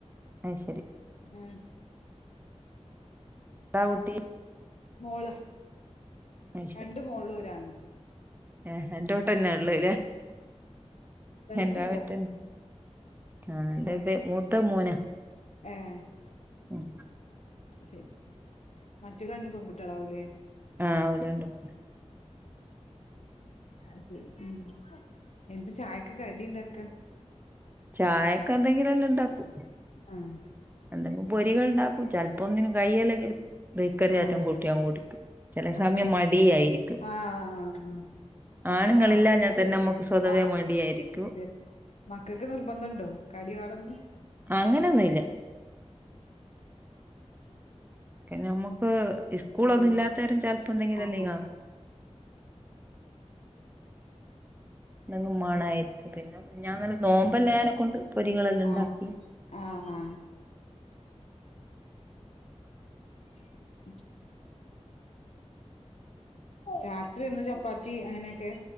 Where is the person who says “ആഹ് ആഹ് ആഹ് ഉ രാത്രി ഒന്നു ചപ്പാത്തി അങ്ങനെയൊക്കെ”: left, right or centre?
Left